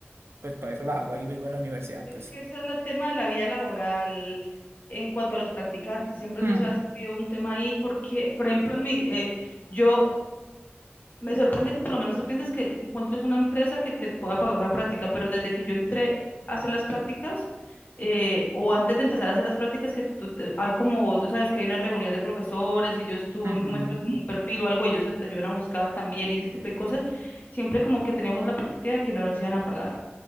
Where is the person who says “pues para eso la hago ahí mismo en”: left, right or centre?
Right